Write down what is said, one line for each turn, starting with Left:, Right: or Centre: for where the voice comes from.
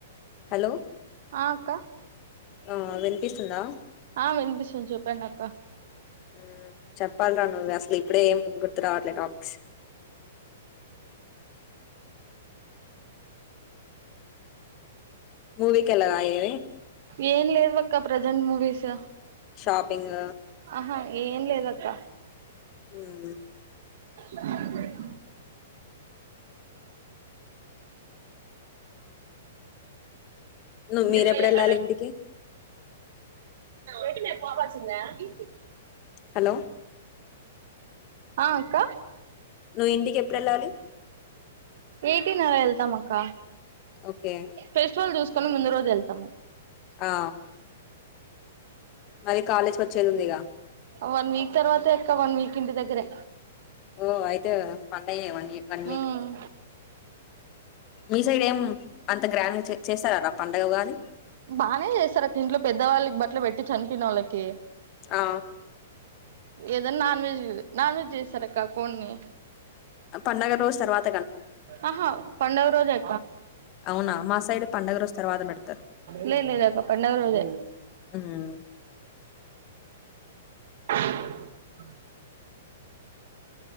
Left: హలో
Right: ఆ అక్క?
Left: ఆ విన్ పీస్తుందా?
Right: ఆ వినిపిస్తుంది. చెప్పండక్క.
Left: మ్ చెప్పాల్రా నువ్వే అసల్ ఇప్పుడే ఏం గుర్తుకురావట్లే టాపిక్స్. మూవీకెల్లవా ఏ?
Right: ఏం లెవ్వ్ అక్క ప్రజెంట్ మూవీస్.
Left: పాపింగ్
Right: ఆహా ఏం లేదక్క.
Left: మ్
Right: అ
Left: నువ్వు మీరెప్పుడు
Right: ఎలా
Left: వెళ్ళాలి
Right: ఎడ
Left: ఇంటికి
Right: ఏటినే పావా చిన్నకు
Left: హలో
Right: ఆ అక్క
Left: నువ్వు ఇంటికి ఎప్పుడెళ్ళాలి?
Right: ఎయిటీన్ అలా ఎళ్తాం అక్క.
Left: ఓకే
Right: ఫెస్టివల్ చూస్ తోను ముందు రోజెళ్తాము.
Left: ఆ మరి కాలేజ్కి వచ్చేది ఉంది
Right: వన్ వీక్ తర్వాత వెళ్తా వన్ వీక్ ఇంటి దగ్గరే
Left: ఓ అయితే పండగే అయితేవన్ వన్ వీక్
Right: ఉమ్
Left: మీ సైడ్ ఏం అంత గ్రాండ్ చేశారలా పంండగ ఉగాది
Right: బాగానే చేస్తారు అక్క ఇంట్లో పెద్దవాళ్ళకి బట్టల పెట్టి చనిపోన వాళ్ళకి
Left: ఆ
Right: ఏదన్నా నాన్ వెజ్ నాన్ వెజ్ చేస్తారక్క కొన్ని
Left: పంండగ రోజు తర్వాత
Right: ఆహా పండవ రోజ ఎ
Left: అవునా మా సైడ్ పండగ రోజు తర్వాత పెడతారు
Right: లే లేదుక పండ రోజ
Left: ఉమ్,
Right: <unintelligible>